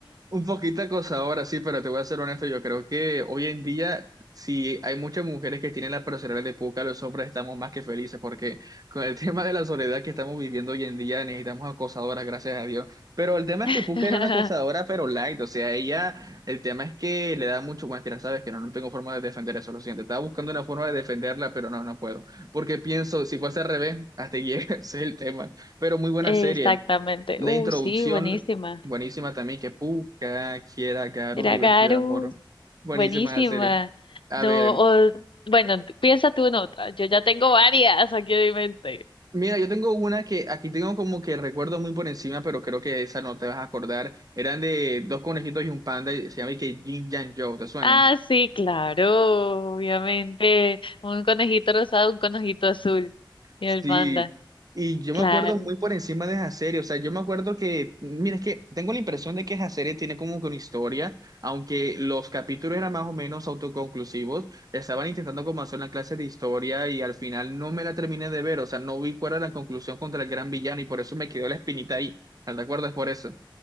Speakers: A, on the right (about 45°); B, on the left (about 80°).
A: Un poquito acosadora, sí, pero te voy a ser honesto, yo creo que hoy en día, si hay muchas mujeres que tienen la personalidad de puca, los hombres estamos más que felices, porque con el <laughs> tema de la soledad que estamos viviendo hoy en día, necesitamos acosadoras, gracias a Dios. Pero el tema es
B: <laughs>
A: que puca era una acosadora, pero light, o sea, ella, el tema es que le da mucho, bueno, mira, sabes que no, no tengo forma de defender eso, lo siento, estaba buscando una forma de defenderla, pero no, no puedo, porque pienso, si fuese al revés, hasta llega, <laughs> ese es el tema, pero muy buena
B: Exactamente.
A: serie. La
B: Uh,
A: introducción,
B: sí, buenísima.
A: buenísima también, que puca, quiera, garu
B: Era
A: divertida,
B: Garu,
A: amor. Buenísima
B: buenísima.
A: la serie. A
B: No,
A: ver,
B: o, bueno, t- piensa tú en otra. Yo ya tengo varias aquí en mi mente.
A: mira, yo tengo una que aquí tengo como que recuerdo muy por encima, pero creo que esa no te vas a acordar. Eran de dos conejitos y un panda, y se llama y que Jin Jan Joe, ¿te suena?
B: Ah, sí, claro, obviamente. Un conejito rosado, un conejito azul. Y
A: Sí,
B: el panda,
A: y yo
B: claro.
A: me acuerdo muy por encima de esa serie, o sea, yo me acuerdo que, mira, es que tengo la impresión de que esa serie tiene como que una historia, aunque los capítulos eran más o menos autoconclusivos, estaban intentando como hacer una clase de historia y al final no me la terminé de ver, o sea, no vi cuál era la conclusión contra el gran villano y por eso me quedó la espinita ahí, ¿te acuerdas por eso?